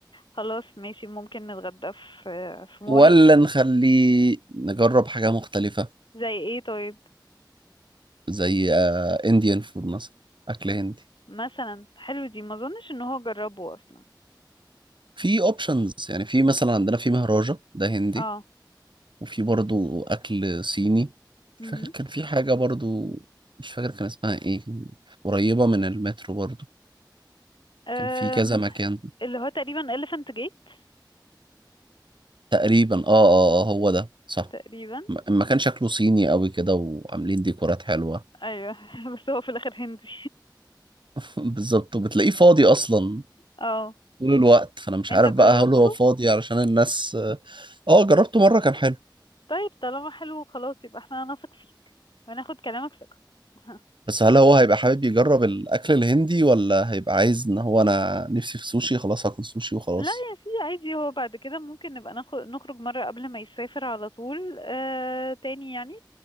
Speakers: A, on the left (about 90°); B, on the right (about 85°).
A: خلاص ماشي ممكن نتغدى في في مولي
B: ولا نخليه نجرب حاجة مختلفة
A: زي ايه طيب
B: زي انديان فود مثلا أكل هندي
A: مثلا حلو دي ما اظنش ان هو جربه اصلا
B: في اوبشنز يعني في مثلا عندنا في مهراجة ده هندي
A: اه
B: وفي برضو أكل صيني
A: امم
B: مش فاكر كان في حاجة برضو مش فاكر كان اسمها ايه قريبة من المترو برضو
A: أم،
B: كان في كذا مكان
A: اللي هو تقريبا elephant gate
B: تقريبا اه اه اه هو ده صح
A: تقريبا
B: م- المكان شكله صيني قوي كده وعاملين ديكورات حلوة
A: ايوه <laughs> بس هو في الاخر هندي
B: <laughs> بالظبط وبتلاقيه فاضي أصلا
A: <laughs> اه
B: طول الوقت فأنا مش
A: انت
B: عارف
A: جربته
B: بقى هل هو فاضي علشان الناس اه جربته مرة كان حلو
A: طيب طالما حلو خلاص يبقى احنا نثق فيك وناخد كلامك ثقة <laughs>
B: بس هل هو هيبقى حابب يجرب الأكل الهندي ولا هيبقى عايز إن هو أنا نفسي في سوشي خلاص هاكل سوشي وخلاص
A: لا يا سيدي عادي هو بعد كده ممكن نبقى ناخد نخرج مرة قبل ما يسافر على طول آه تاني يعني